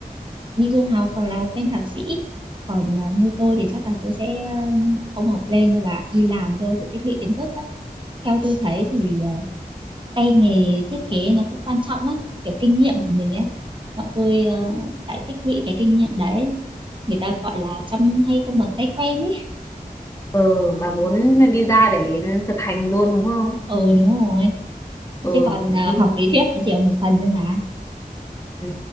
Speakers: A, on the right; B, on the left.
A: đi du học hoặc là học lên thạc sĩ còn ờ, như tôi thì chắc là tôi sẽ ờ, không học lên đâu bà ạ, đi làm thôi để tích lũy kiến thức á theo tôi thấy thì ờ, tay nghề thiết kế nó cũng quan trọng lắm kiểu kinh nghiệm của mình ấy bọn tôi ờ, phải tích lũy cái kinh nghiệm đấy người ta gọi là chăm hay không bằng tay quen ấy
B: ờ bà muốn đi ra để thực hành luôn đúng không
A: ừ đúng rồi
B: ờ
A: chứ còn ờ,
B: nhưng
A: học
B: mà
A: lý thuyết nó chỉ là một phần thôi mà
B: Ừ.